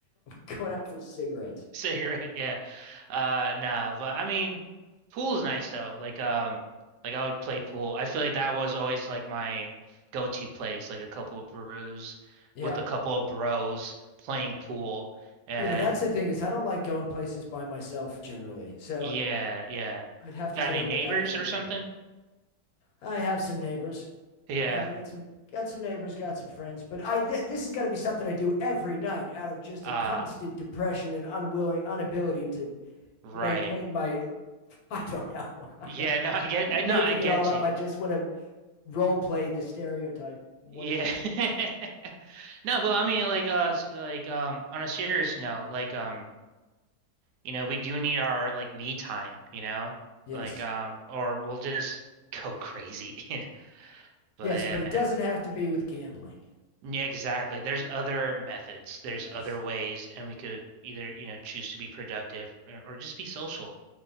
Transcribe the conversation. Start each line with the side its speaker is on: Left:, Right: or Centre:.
Left: going out for cigarettes.
Right: Cigarette, yeah. Uh nah, but I mean pool's nice though. Like um like I would play pool. I feel like that was always like my go-to place, like a couple of brews
Left: Yeah.
Right: with a couple of bros playing pool. And
Left: Yeah, that's the thing is I don't like going places by myself generally. So
Right: yeah, yeah.
Left: I'd have to
Right: Got
Left: get
Right: any
Left: over
Right: neighbors
Left: that if I'm
Right: or
Left: gonna.
Right: something?
Left: I have some neighbors.
Right: Yeah.
Left: Yeah, I got some got some neighbors, got some friends, but I th- this has got to be something I do every night out of just
Right: Uh
Left: a constant depression and unwilling inability to
Right: right.
Left: maintain my <laughs> I don't know. <laughs> I
Right: Yeah,
Left: am
Right: no, I get
Left: just
Right: I
Left: making
Right: no, I get
Left: it all up.
Right: you.
Left: I just want to role play the stereotype one
Right: Yeah.
Left: of these
Right: <laughs>
Left: days.
Right: No, but I mean like uh s- like um on a serious note, like um you know, we do need our like me time, you know?
Left: Yes.
Right: Like um or we'll just go crazy. <laughs> But
Left: Yes,
Right: yeah,
Left: but
Right: man.
Left: it doesn't have to be with gambling.
Right: Yeah, exactly. There's other methods. There's
Left: Yes.
Right: other ways and we could either, you know, choose to be productive or, or just be social.